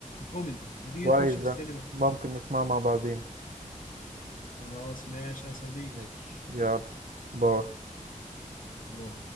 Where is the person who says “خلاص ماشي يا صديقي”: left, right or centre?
Left